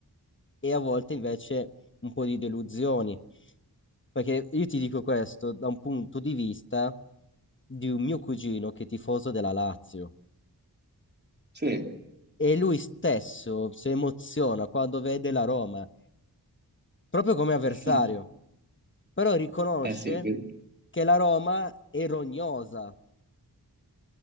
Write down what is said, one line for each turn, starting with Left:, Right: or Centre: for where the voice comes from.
Left: e a volte invece un po' di delusioni. Perché io ti dico questo da un punto di vista di un mio cugino che è tifoso della Lazio
Right: sì.
Left: e lui stesso si emoziona quando vede la Roma, proprio come avversario,
Right: Eh,
Left: però riconosce
Right: eh sì, che-
Left: che la Roma è rognosa